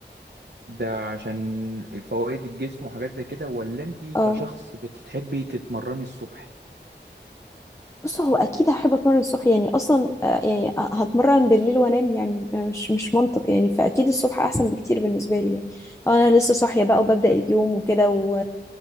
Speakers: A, on the right; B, on the left.
A: ده عشان فوائد الجسم وحاجات زي كده ولا انت كشخص
B: اه
A: بتحبي تتمرني الصبح
B: بص هو اكيد هحب اتمرن الصبح يعني اصلا آه، يعني هتمرن بالليل وانام يعني آه، مش مش منطق يعني فاكيد الصبح احسن بكتير بالنسبه لي يعني آه، انا لسه صاحيه بقى وببدا اليوم وكده و